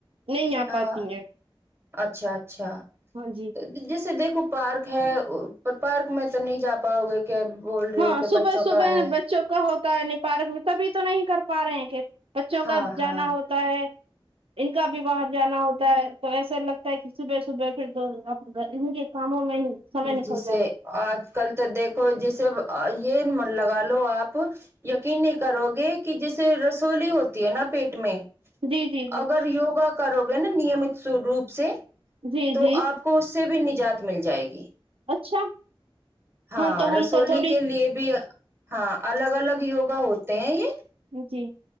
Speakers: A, on the right (about 75°); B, on the right (about 25°).
A: نہیں آ
B: ہاں
A: پاتی ہیں
B: اچھا اچھا
A: ہاں جی
B: تو جیسے دیکھو پارک ہے پر پارک میں تو نہیں جا پاؤ گے کہ بول رہے
A: ہاں
B: ہو کہ
A: صبح
B: بچوں
A: صبح
B: کا ہے
A: بچوں کا ہوتا ہے نی پارک میں تبھی تو نہیں کر پا رہے ہیں کہ بچوں
B: ہاں
A: کو جانا
B: ہاں
A: ہوتا ہے ان کا بھی باہر جانا ہوتا ہے تو ایسا لگتا ہے کہ صبح صبح پھر توپ ان کے کاموں میں ہی سمے نکل
B: جسے
A: جاتا
B: آج کل تو دیکھو جیسے یہ من لگا لو آپ یقین نہیں کرو گے کہ جیسے رسولی ہوتی ہے نا پیٹ میں
A: جی جی جی
B: اگر یوگا کرو گے نا نیمت روپ سے
A: جی
B: تو
A: جی
B: آپ کو اس سے بھی نجات مل جائے گی
A: اچھا
B: ہاں
A: تو ہم
B: رسولی
A: کو تھوڑی
B: کے لیے بھی ہاں الگ الگ یوگا ہوتے ہیں یہ
A: جی